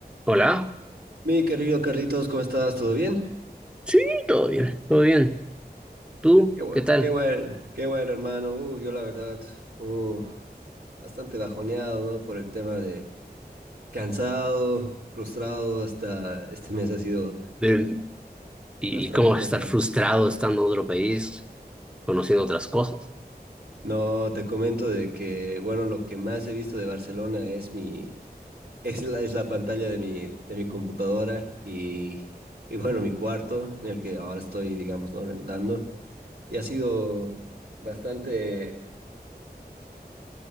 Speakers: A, in the centre; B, on the right (about 70°).
A: Hola.
B: Mi querido Carlitos, ¿cómo estás? ¿Todo bien?
A: Sí, todo bien, todo bien. ¿Tú
B: Qué bueno,
A: qué tal?
B: qué bueno, qué bueno, hermano. Uh, yo la verdad, uh, bastante bajoneado, ¿no? Por el tema de cansado, frustrado, hasta este mes ha sido
A: De- ¿y
B: bastante
A: cómo vas
B: pesado.
A: a estar frustrado estando en otro país, conociendo otras cosas?
B: No, te comento de que, bueno, lo que más he visto de Barcelona es mi, es la, es la pantalla de mi, de mi computadora y, y bueno, mi cuarto en el que ahora estoy, digamos, ¿no? Rentando. Y ha sido bastante